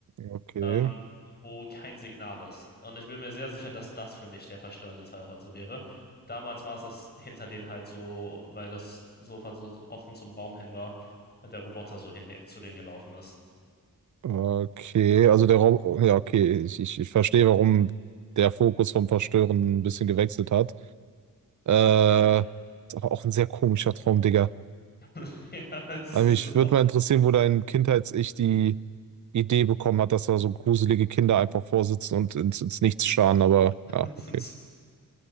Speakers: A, on the right; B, on the left.
A: Okay.
B: ähm, wo kein Signal ist. Und ich bin mir sehr sicher, dass das für mich der verstörende Teil heute wäre. Damals war es das hinter denen halt so, weil das Sofa so so offen zum Raum hin war, weil der Roboter so hin zu denen gelaufen ist.
A: Okay, also der Rob, ja, okay, ich, ich, ich verstehe, warum der Fokus vom Verstören ein bisschen gewechselt hat. Äh,
B: Ja,
A: ist aber auch ein sehr komischer Traum, Digga.
B: <laughs> ja, es ist
A: Aber mich
B: so.
A: würde mal interessieren, wo dein Kindheits-Ich die Idee bekommen hat, dass da so gruselige Kinder einfach vorsitzen und ins, ins Nichts starren, aber
B: <laughs>
A: ja, okay.